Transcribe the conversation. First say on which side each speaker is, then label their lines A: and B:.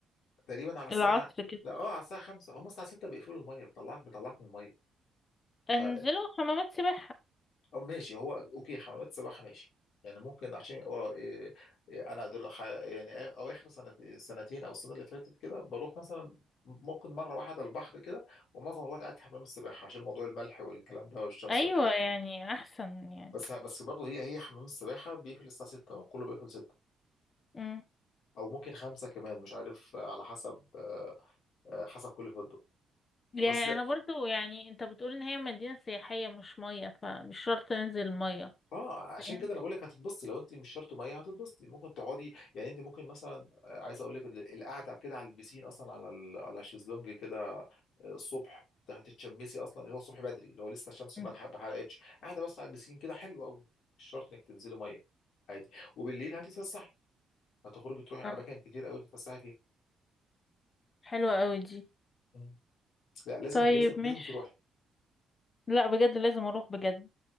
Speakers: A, on the left; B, on the left.
A: تقريبا على الساعه
B: العصر كده
A: لا اه على الساعه 5 هم الساعه 6 بيقفلوا الميه بيطلعك بيطلعك من الميه
B: انزلوا
A: ف
B: حمامات سباحة
A: أو ماشي هو اوكي حمامات السباحه ماشي يعني ممكن عشان اه إيه، إيه، انا دول ح- يعني آ- او اخر سنة سنتين او السنه اللي فاتت كده بروح مثلا ممكن مره واحده البحر كده ومعظم الوقت قاعد في حمام السباحه عشان موضوع الملح والكلام ده والشمس
B: ايوه
A: والحاجات دي
B: يعني احسن يعني
A: بس بس برضه هي هي حمام السباحه بيقفل الساعه 6 وكله بيقفل 6
B: امم
A: او ممكن 5 كمان مش عارف آه، على حسب آه، آه، حسب كل فندق
B: يعني
A: بس
B: انا برضو يعني انت بتقول ان هي مدينة سياحية مش مية فمش شرط ننزل مية
A: اه عشان
B: فاهم
A: كده انا بقول لك هتتبسطي لو انت مش شرط ميه هتتبسطي ممكن تقعدي يعني انت ممكن مثلا آه، عايز اقول لك ال- القعده كده على البسين اصلا على ال- على الشезлونج كده آه، الصبح هتتشمسي اصلا اللي هو الصبح بدري اللي هو لسه الشمس
B: مم.
A: ما اتح- ما حرقتش قاعده بس على البسين كده حلو قوي مش شرط انك تنزلي ميه عادي وبالليل هتتفسحي هتخرجي تروحي
B: اه
A: اماكن كتير قوي تتفسحي فيها
B: حلوة قوي دي
A: مم. لا لازم
B: طيب
A: لازم
B: مش
A: لازم تروحي
B: لا بجد لازم اروح بجد